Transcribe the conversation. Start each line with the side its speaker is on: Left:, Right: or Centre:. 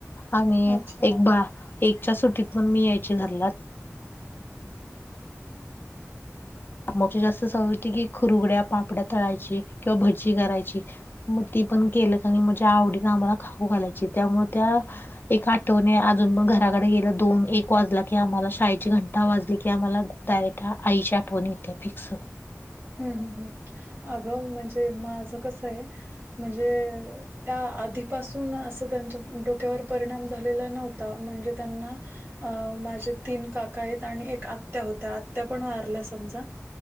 Left: आणि
Right: अच्छा
Left: एक बान एकच्यां सुट्टीत पणं मी यांयचे घरंला. मंग जास्तं सवंय होते कि खुंरुगड्यां पापड्यां तळांयची किंवा भज्जी करांयची. मंग ती पणं केलं म्हणज्यां आवडीने आम्हांला खाऊं घालांयची त्यांमुळें त्यां. एक आठवणे अजूंन मंग घरांकडे गेलं दोन एक वाजलां की आम्हांला शाळेची घंटा वाजली की आम्हांला. डांयठां आईची आठवणी येते फिक्स.
Right: हम्मं हम्मं हम्मं अगं म्हणजे माझं कसं आहे म्हणजे. त्यां आधींपासूंन असं त्यांच्या डोक्यांवर परिणाम झालेला नव्हतां म्हणजे त्यांना. अं माझे तीन काका आहेतं आणि एक आंत्या होत्यां आंत्या पणं वारल्या समजां आंता.